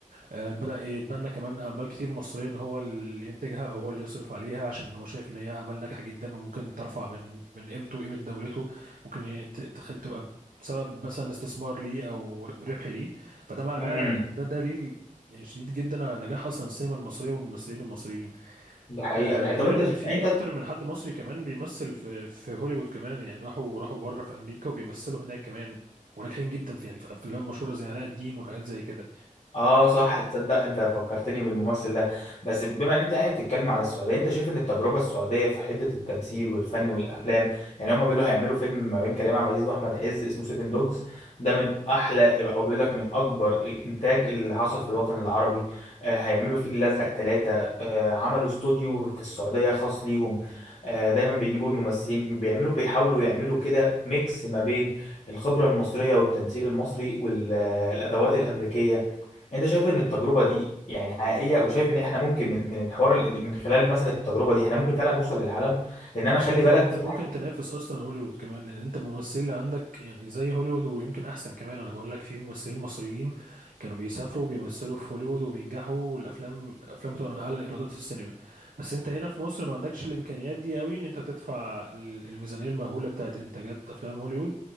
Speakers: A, on the right; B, on the left.
A: آه، بدأ يتبنى كمان أعمال كتير مصرية إن هو اللي ينتجها أو هو اللي يصرف عليها عشان هو شايف إن هي أعمال ناجحة جدا وممكن ترفع من من قيمته وقيمة دولته ممكن ي- ت- تخ- تبقى سبب مثلا استثمار ليه أو ربح ليه فده معناه
B: امم
A: ده دليل يعني شديد جدا على نجاح أصلا السينما المصرية والممثلين المصريين
B: ده حقيقه
A: آه
B: ده حقيقة.
A: غير
B: طب انت
A: إن في
B: يعني انت
A: أكتر من حد مصري كمان بيمثل في في هوليوود كمان يعني راحوا راحوا بره في أمريكا وبيمثلوا هناك كمان وناجحين جدا في يعني في أفلام مشهورة زي علاء الدين وحاجات زي كده
B: اه صح تصدق انت فكرتني بالممثل ده بس بما ان انت يعني بتتكلم على السعوديه انت شايف ان التجربه السعوديه في حته التمثيل والفن والافلام يعني هما بيقولوا هيعملوا فيلم ما بين كريم عبد العزيز واحمد عز اسمه سيفن دوجز ده من احلى او بيقول لك من اكبر الانتاج اللي حصل في الوطن العربي آه هيعملوا فيل الازرق ثلاثه آه عملوا استوديو في السعوديه خاص ليهم آه دايما بيجيبوا الممثلين بيعملوا بيحاولوا يعملوا كده ميكس ما بين الخبره المصريه والتمثيل المصري والادوات الامريكيه انت شايف ان التجربه دي يعني حقيقيه وشايف ان احنا ممكن من من الحوار ال- من خلال مثلا التجربه دي احنا ممكن فعلا نوصل للعالم لان انا
A: انا
B: خلي
A: شايف
B: بالك
A: ان انت
B: في
A: ممكن
B: حاجه
A: تنافس اصلا هوليوود كمان لان انت الممثلين اللي عندك يعني زي هوليوود ويمكن احسن كمان انا بقول لك في ممثلين مصريين كانوا بيسافروا وبيمثلوا في هوليوود وبينجحوا والافلام الافلام بتبقى من اعلى الايرادات في السينما بس انت هنا في مصر ما عندكش الامكانيات دي قوي ان انت تدفع ال- الميزانيه المهوله بتاعت انتاجات افلام هوليوود